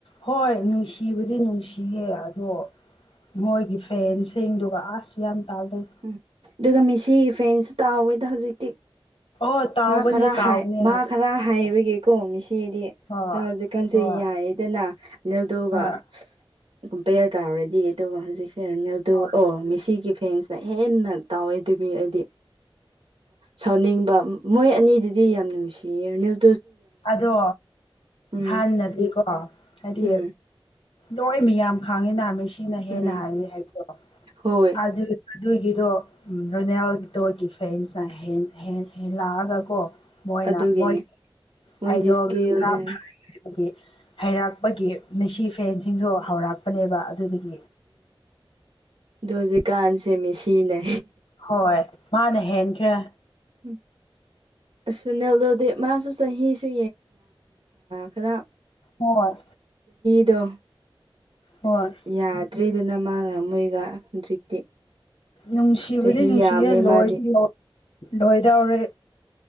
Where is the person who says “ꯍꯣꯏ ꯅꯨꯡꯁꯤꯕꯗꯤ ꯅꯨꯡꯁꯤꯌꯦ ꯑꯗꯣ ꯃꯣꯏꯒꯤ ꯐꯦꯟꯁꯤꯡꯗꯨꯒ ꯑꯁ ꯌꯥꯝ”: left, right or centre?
Left